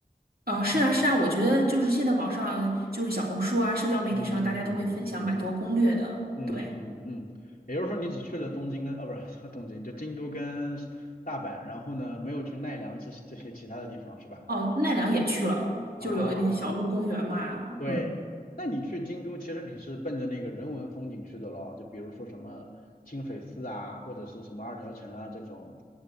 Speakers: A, on the right; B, on the left.
A: 啊，
B: 是吧？
A: 是啊是啊，我觉得就是现在网上就是小红书啊，社交媒体上大家都会分享蛮多攻略的。
B: 嗯嗯嗯嗯嗯嗯，
A: 对，
B: 也就是说你只去了东京跟，啊，不是 <laughs> 东京，就京都跟大阪，然后呢，没有去奈良这些这些其他的地方是吧？
A: 哦，奈良也去了，
B: 啊，
A: 就是有那个小鹿公园嘛，
B: 对，
A: 嗯，
B: 那你去京都，其实你是奔着那个人文风景去的咯，就比如说什么清水寺啊，或者是什么二条城啊这种，